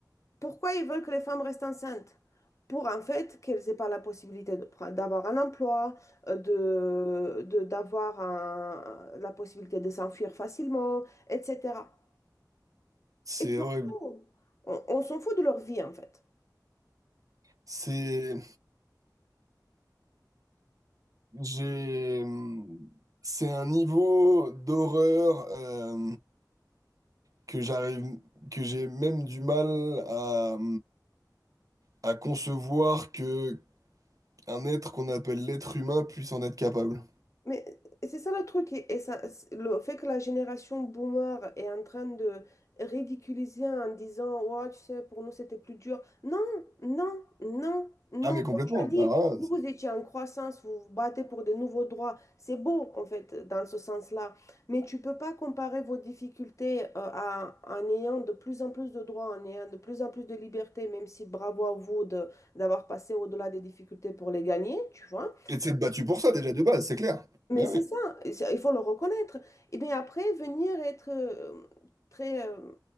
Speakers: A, on the left; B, on the right.
A: Pourquoi ils veulent que les femmes restent enceintes? Pour en fait qu'elles aient pas la possibilité de pre- d'avoir un emploi, euh, de, de- d'avoir un- la possibilité de s'enfuir facilement, etc.
B: C'est
A: Et surtout,
B: horrible.
A: on, on s'en fout de leur vie en fait.
B: C'est. J'ai. C'est un niveau d'horreur euh, que j'arrive. que j'ai même du mal à, à concevoir que un être qu'on appelle l'être humain puisse en être capable.
A: Mais c'est ça le truc, et et ça, c'est- le fait que la génération boomer est en train de ridiculiser en disant, ouais, tu sais, pour nous c'était plus dur. Non, non, non, non.
B: Ah, mais
A: Comme
B: complètement.
A: tu as dit,
B: Alors
A: vous,
B: là, c'est-
A: vous étiez en croissance, vous vous battez pour des nouveaux droits. C'est beau, en fait, dans ce sens-là. Mais tu peux pas comparer vos difficultés euh, à, en ayant de plus en plus de droits, en ayant de plus en plus de libertés, même si bravo à vous de, d'avoir passé au-delà des difficultés pour les gagner, tu vois.
B: et de s'être battu pour ça déjà de base, c'est clair.
A: Mais
B: Mais
A: c'est
B: oui.
A: ça, et ça- il faut le reconnaître. Et bien après, venir être euh, très... euh,